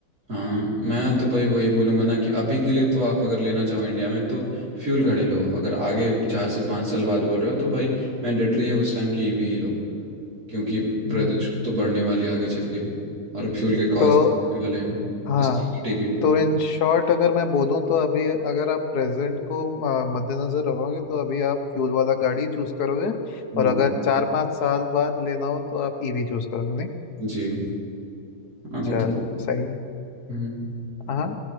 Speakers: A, on the right; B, on the left.
A: हाँ मैं तो भाई वही बोलूँगा ना कि अभी के लिए तो आप अगर लेना चाहो इंडिया में तो फ्यूल गाड़ी लो अगर आगे चार से पाँच साल बाद बोल रहे हो तो भाई मैंडेटरी है उस टाइम की ईवी ही लो क्योंकि प्रदूषण
B: हम्म
A: तो बढ़ने वाली है आगे चल के और फ्यूल के कॉस्ट
B: तो
A: बढ़ने वाले हैं
B: हाँ
A: स्कैनिटी भी
B: तो इन शॉर्ट अगर मैं बोलूँ तो अभी अगर आप प्रेजेंट को आ, मद्देनजर रखोगे तो अभी आप फ्यूल वाला गाड़ी चूज करोगे
A: हम्म,
B: और अगर चार पाँच साल बाद लेना हो तो आप ईवी चूज करोगे नहीं
A: जी हाँ
B: चलो
A: तो
B: सही है
A: हम्म
B: हाँ